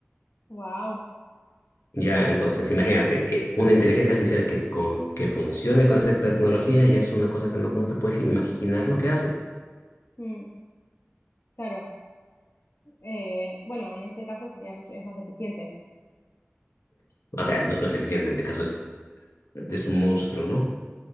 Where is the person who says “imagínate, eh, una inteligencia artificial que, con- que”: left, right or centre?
Left